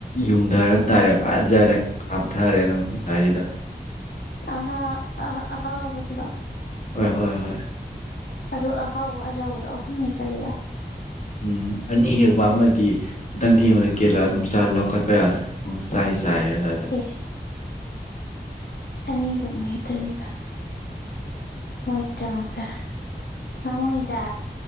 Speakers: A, on the left (about 45°); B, on the left (about 75°).
A: ꯌꯨꯡꯙꯔꯥ ꯇꯥꯔꯦ ꯐꯖꯔꯦ ꯀꯥꯞꯊꯔꯦ ꯑꯗꯨꯝ ꯑꯁꯥꯏꯁꯤꯗ
B: ꯑꯍ ꯑ ꯑꯍꯥꯎꯕꯗꯨꯔꯣ
A: ꯍꯣꯏ ꯍꯣꯏ ꯍꯣꯏ
B: ꯑꯗꯨ ꯑꯍꯥꯎꯕ ꯑꯆꯧꯕꯗꯨ ꯑꯍꯨꯝ ꯍꯦꯛꯇꯠꯂꯤꯕ
A: ꯎꯝ ꯑꯅꯤ ꯍꯦꯛꯄ ꯑꯃꯗꯤ ꯈꯤꯇꯪ ꯊꯦꯡꯕꯗ ꯀꯦꯜꯂꯛꯑ ꯑꯗꯨꯝ ꯆ ꯂꯧꯈꯠꯄ ꯌꯥꯗ꯭ꯔꯦ ꯄꯨꯡꯆꯥꯢ ꯆꯥꯢꯔꯦ ꯑꯗꯥꯢꯗ
B: ꯑꯦ ꯑꯅꯤꯒ ꯃꯨꯛ ꯍꯦꯛꯇꯠꯂꯤꯕ ꯃꯣꯏꯒꯤꯗ꯭ꯔꯗ ꯄꯥꯃꯨꯏꯗ